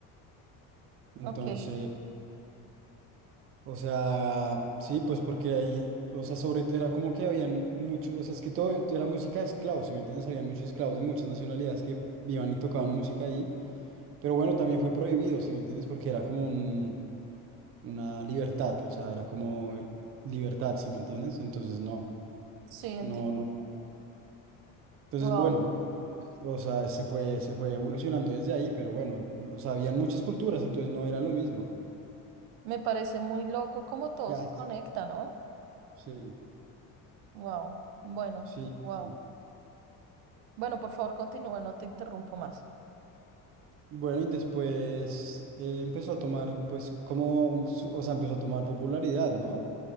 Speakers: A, on the right (about 40°); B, on the right (about 85°).
A: Entonces.
B: ok,
A: O sea, sí, pues porque ahí, o sea, sobre todo era como que habían muchos, o sea, es que todo era música de esclavos, si me entiendes? Habían muchos esclavos de muchas nacionalidades que iban y tocaban música ahí, pero bueno, también fue prohibido, si me entiendes? Porque era como un, una libertad, o sea, era como eh, libertad, si me entiendes? Entonces, no,
B: sí, entiendo.
A: no, no. Entonces,
B: Wow,
A: bueno, o sea, se fue, se fue evolucionando desde ahí, pero bueno, o sea, habían muchas culturas, entonces no era lo mismo.
B: me parece muy loco cómo todo
A: Ya,
B: se conecta, ¿no?
A: sí,
B: Wow, bueno,
A: sí,
B: wow.
A: sí.
B: Bueno, por favor, continúa, no te interrumpo más.
A: Bueno, y después eh, empezó a tomar, pues, como, su- o sea, empezó a tomar popularidad, ¿no?